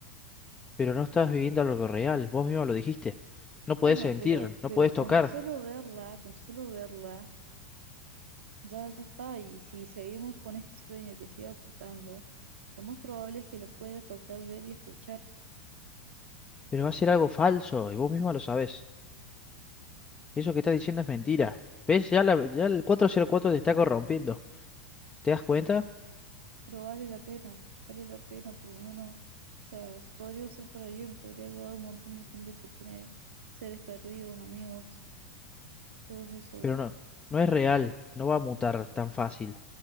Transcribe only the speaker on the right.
Bueno,
pero,
pero
con solo verla, con solo verla, ya, ya está. Y si seguimos con este sueño que sigue apuntando, lo más probable es que lo pueda tocar, ver y escuchar.
pero vale la pena, vale la pena, por lo menos, o sea, s- podría usar para bien, podría ayudar a un montón de gente que tiene seres perdidos, amigos, todo eso,